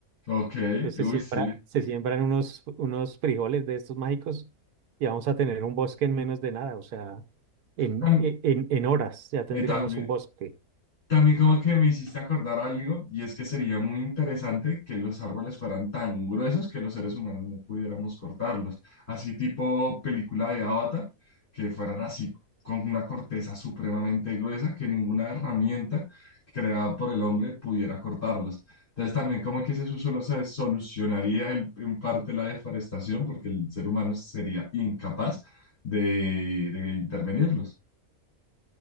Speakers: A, on the left; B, on the right.
A: ok,
B: Entonces
A: uy,
B: se
A: sí.
B: siembra, se siembran unos, unos frijoles de estos mágicos y vamos a tener un bosque en menos de nada, o sea, en,
A: Tam-
B: e, en, en horas ya tendríamos
A: eh, También,
B: un bosque.
A: También como que me hiciste acordar algo, y es que sería muy interesante que los árboles fueran tan gruesos que los seres humanos no pudiéramos cortarlos. Así tipo película de Avatar, que fueran así, con una corteza supremamente gruesa que ninguna herramienta creada por el hombre pudiera cortarlos. Entonces también como que ese solo se solucionaría el- en parte la deforestación porque el ser humano sería incapaz de, de intervenirlos.